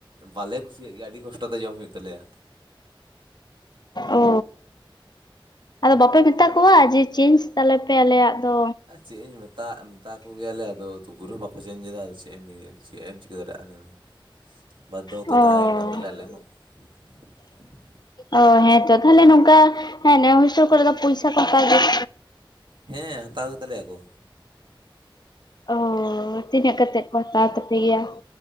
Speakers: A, on the right; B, on the left.
A: ᱵᱟᱞᱮ ᱠᱩᱥᱤᱭᱟᱜ ᱜᱮᱭᱟ ᱟᱹᱰᱤ ᱠᱚᱥᱴᱚ ᱛᱮ ᱡᱚᱢ ᱦᱩᱭᱩᱜ ᱛᱟᱞᱮᱭᱟ
B: ᱚ ᱟᱫᱚ ᱵᱟᱯᱮ ᱢᱮᱼᱼ ᱛᱟᱠᱚᱣᱟ ᱡᱮ ᱪᱮᱧᱡᱽ ᱛᱟᱞᱮ ᱯᱮ ᱟᱞᱮᱭᱟᱜ ᱫᱚ
A: ᱪᱮᱫ ᱤᱧ ᱢᱮᱛᱟ ᱢᱮᱛᱟ ᱠᱚ ᱜᱮᱭᱟᱞᱮ ᱟᱫᱚ ᱛᱩᱵᱩᱨ ᱨᱮ ᱦᱚᱸ ᱵᱟᱠᱚ ᱪᱮᱱᱡᱽ ᱮᱫᱟ ᱟᱫᱚ ᱪᱮᱫ ᱮᱢ ᱞᱟᱹᱭᱟ ᱪᱮᱫ ᱮᱢ ᱪᱤᱠᱟᱹ ᱫᱟᱲᱮᱭᱟᱜᱼᱟ ᱞᱟᱹᱭ ᱢᱮ ᱵᱟᱫᱽᱫᱷᱚ ᱜᱚᱛᱚ
B: ᱚᱻ
A: ᱛᱟᱦᱮᱸ ᱦᱩᱭᱩᱜ ᱠᱟᱱ ᱛᱟᱞᱮᱭᱟ ᱟᱞᱮ ᱦᱚᱸ <inaudible>
B: ᱚ ᱦᱮᱸ ᱛᱚ ᱛᱟᱦᱞᱮ ᱱᱚᱝᱠᱟ ᱦᱮᱸ ᱦᱳᱥᱴᱮᱞ ᱠᱚᱨᱮ ᱫᱚ ᱯᱚᱭᱥᱟ ᱠᱚ ᱦᱟᱛᱟᱣ
A: ᱦᱮᱸ ᱦᱟᱛᱟᱣ ᱜᱮ ᱛᱟᱞᱮᱭᱟ ᱠᱚ
B: ᱚ ᱛᱤᱱᱟᱹᱜ ᱠᱟᱛᱮᱫ ᱠᱚ ᱦᱟᱛᱟᱣ ᱛᱟᱯᱮᱜ ᱜᱮᱭᱟ?